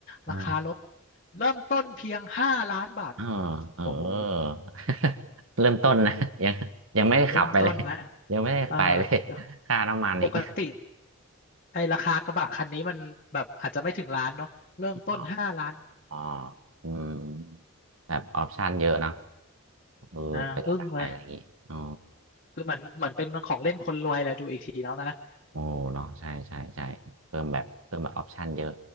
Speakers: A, on the right; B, on the left.
A: อ๋อ
B: ราคารถเริ่มต้นเพียงห้าล้านบาท
A: อ๋อเออ
B: โอ้โห
A: <laughs> เริ่มต้นนะยังยังไม่ได้ขับไปเลย
B: เริ่มต้นนะ
A: <laughs> ยังไม่ได้ไปเลย
B: เออก็
A: <laughs> ค่าน้ำมันอีก
B: ปกติไอ้ราคากระบะคันนี้มันแบบอาจจะไม่ถึงล้านเนาะเริ่มต้นห้าล้าน
A: <laughs> อ๋ออ๋ออืมแบบออปชันเยอะเนอะเออก็จะได้อะไรอย่างงี้อ๋อ
B: อ่าอึ้งเลยคือเหมือนเหมือนเป็นของเล่นคนรวยเลยดูอีกทีแล้วนะนะ
A: โอ้เนาะใช่ใช่ใช่เพิ่มแบบเพิ่มแบบออปชันเยอะ